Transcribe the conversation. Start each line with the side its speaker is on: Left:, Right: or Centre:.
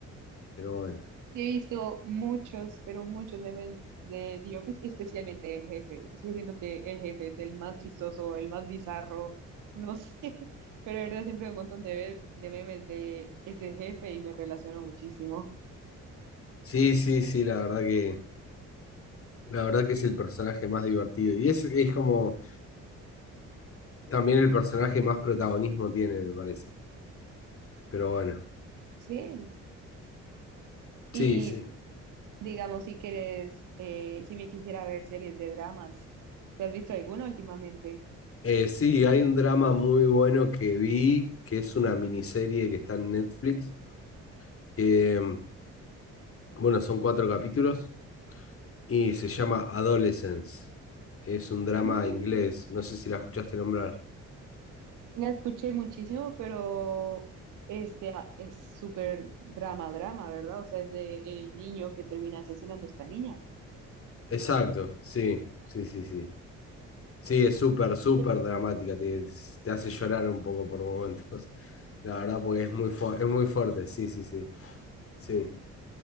Left: Pero bueno.
Right: He visto muchos, pero muchos memes de The Office, y especialmente el jefe. Es que siento que el jefe es el más chistoso, el más bizarro, no sé, <laughs> pero de verdad siempre hay un montón de, de memes de ese jefe y me relaciono muchísimo.
Left: Sí, sí, sí, la verdad que, la verdad que es el personaje más divertido. Y es, es como también el personaje más protagonismo tiene, me parece. Pero bueno.
Right: Sí,
Left: Sí,
Right: y
Left: sí.
Right: digamos, si quieres, eh, si me quisiera ver series de dramas, ¿te has visto alguna últimamente?
Left: Eh, sí, hay un drama muy bueno que vi, que es una miniserie que está en Netflix, que, mm, bueno, son cuatro capítulos y se llama Adolescence. Es un drama
Right: Mm.
Left: inglés, no sé si la escuchaste nombrar.
Right: La escuché muchísimo, pero este ah, es súper drama, drama, ¿verdad? O sea, es de el niño que termina asesinando a esta niña.
Left: Exacto, sí, sí, sí, sí. Sí, es súper, súper
Right: Sí.
Left: dramática, te, te hace llorar un poco por momentos, <laughs> la verdad, porque es muy, fu- es muy fuerte, sí, sí, sí. Sí,